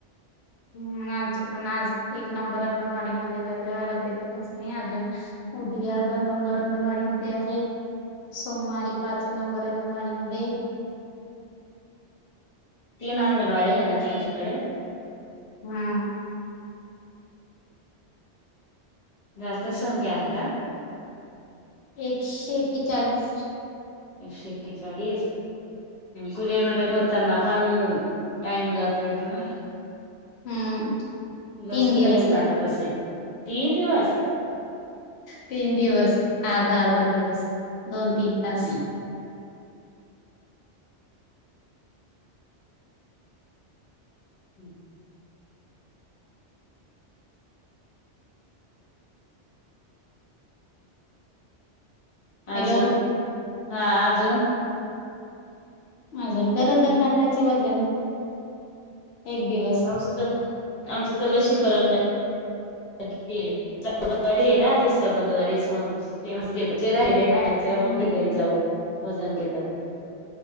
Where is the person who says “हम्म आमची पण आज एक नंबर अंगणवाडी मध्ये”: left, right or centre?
Left